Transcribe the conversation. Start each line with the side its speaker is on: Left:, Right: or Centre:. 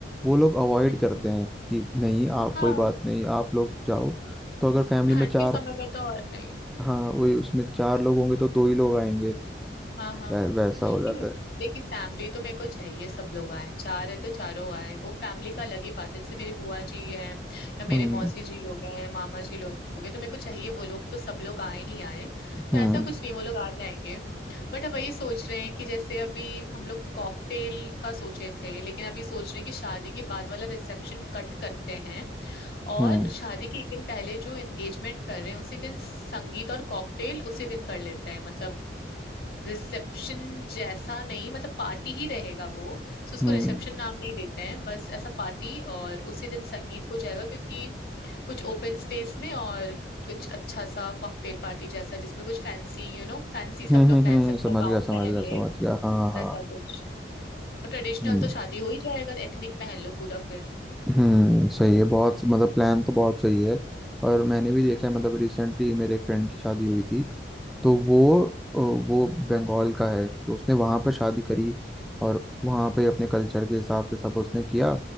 Centre: वो लोग अवॉइड
Left: हम्म,
Centre: करते
Left: हम्म।
Centre: हैं कि नहीं आप
Left: हाँ
Centre: कोई बात नहीं आप लोग जाओ तो अगर फैमिली
Left: ठंड
Centre: में चार
Left: के समय में तो और नहीं
Centre: हाँ वही उसमें चार लोग होंगे तो दो ही लोग आएंगे
Left: हाँ हाँ
Centre: वै, वैसा हो
Left: क्यों?
Centre: जाता है
Left: देखिए फैमिली तो मेरे को चाहिए सब लोग आए चार है तो चारों आए वो फैमिली का अलग ही बात है जैसे मेरी बुआ जी है या मेरे
Centre: हम्म
Left: मौसी जी लोग हैं मामा जी लोग हैं तो मेरे को चाहिए वो लोग तो सब लोग आए ही आए तो
Centre: हम्म
Left: ऐसा कुछ नहीं वो लोग आ जाएंगे बट अब वही सोच रहे हैं कि जैसे अभी हम लोग कॉकटेल का सोचे थे लेकिन अभी सोच रहे हैं कि शादी के बाद वाला रिसेप्शन कट करते हैं और
Centre: हम्म
Left: शादी के एक दिन पहले जो एंगेजमेंट कर रहे हैं उसी दिन संगीत और कॉकटेल उसी दिन कर लेते हैं मतलब रिसेप्शन जैसा नहीं मतलब पार्टी ही रहेगा वो सो उसको
Centre: हम्म
Left: रिसेप्शन नाम नहीं देते हैं बस ऐसा पार्टी और उसी दिन संगीत हो जाएगा क्योंकि कुछ ओपन स्पेस में और कुछ अच्छा सा कॉकटेल पार्टी जैसा जिसमें कुछ फैंसी यू नो फैंसी सब
Centre: हम्म
Left: लोग
Centre: हम्म
Left: पहन
Centre: हम्म,
Left: सकता
Centre: समझ
Left: है गाउन
Centre: गया समझ
Left: पहन
Centre: गया
Left: ले
Centre: समझ गया हाँ हाँ
Left: वैसा
Centre: हाँ,
Left: कुछ और ट्रेडिशनल
Centre: हम्म
Left: तो शादी हो ही जाएगा एथनिक पहन लो पूरा फिर
Centre: हम्म सही है बहुत मतलब प्लान तो बहुत सही है और मैंने भी देखा
Left: हम्म,
Centre: है मतलब रिसेंटली मेरे एक फ्रेंड की शादी हुई थी तो वो अ, वो बंगाल का है तो उसने वहाँ पर शादी
Left: हम्म,
Centre: करी और वहाँ पे अपने कल्चर के हिसाब से सब उसने किया